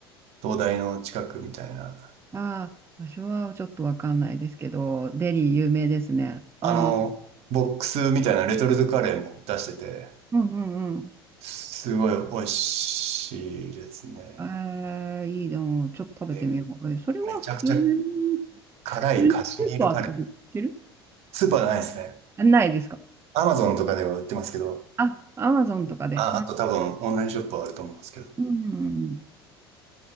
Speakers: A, on the right; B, on the right.
A: 東大の近くみたいな
B: ああ、場所はちょっとわかんないですけど、デリー有名ですね。ああ、
A: あの、ボックスみたいなレトルトカレーも出してて、
B: うんうん
A: すごい美味しいですね。
B: えー、いいの、ちょっと食べてみよう。
A: で、
B: えそれは普通に、
A: めちゃくちゃ辛いカシミールカレー。
B: 普通にスーパーとかで売ってる
A: スーパーじゃないですね。
B: あないですか
A: アマゾンとかでは売ってますけど、
B: あ、アマゾンとかで。
A: あ、
B: あ、
A: あと多分オンラインショップはあると思いますけど。っ
B: うん。